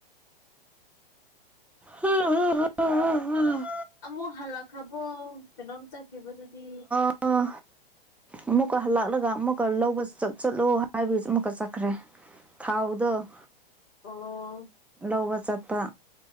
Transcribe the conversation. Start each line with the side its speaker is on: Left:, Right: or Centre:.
Centre: ꯍ ꯍꯨꯝ ꯍ ꯍ ꯍꯨꯝ
Left: ꯑꯃꯨꯛ ꯍꯜꯂꯛꯈ꯭ꯔꯕꯣ ꯀꯩꯅꯣꯝ ꯆꯠꯈꯤꯕꯗꯨꯗꯤ
Centre: ꯑꯥ ꯑꯃꯨꯛꯀ ꯍꯜꯂꯛꯂꯒ ꯑꯃꯨꯛꯀ ꯂꯧꯕ ꯆꯠꯂꯣ ꯍꯥꯏꯕꯒꯤ ꯑꯃꯨꯛꯀ ꯆꯠꯈ꯭ꯔꯦ ꯊꯥꯎꯗ
Left: ꯑꯣ
Centre: ꯇꯧꯕ ꯆꯠꯄ